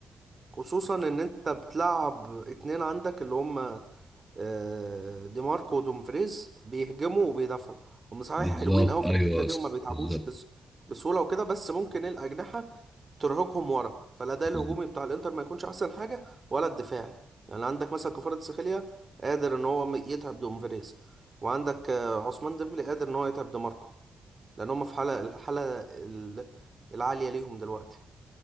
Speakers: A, on the right; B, in the centre.
A: خصوصا ان انت بتلعب اتنين عندك اللي هم آه، دي ماركو ودومفريز بيهجموا وبيدافعوا هم صحيح
B: بالظبط
A: حلوين قوي في
B: ايوه
A: الحتة
B: يا
A: دي
B: اسطى
A: وما بيتعبوش
B: بالظبط
A: بس بسهولة وكده بس ممكن الأجنحة ترهقهم ورا فالاداء الهجومي
B: بالظبط.
A: بتاع الانتر ما يكونش احسن حاجه ولا الدفاعي يعني عندك مثلا كفارة سخاليا قادر ان هو يتعب دومفريز وعندك آه، عثمان ديمبلي قادر ان هو يتعب ديماركو لان هم في حاله الحاله ال- العاليه ليهم دلوقتي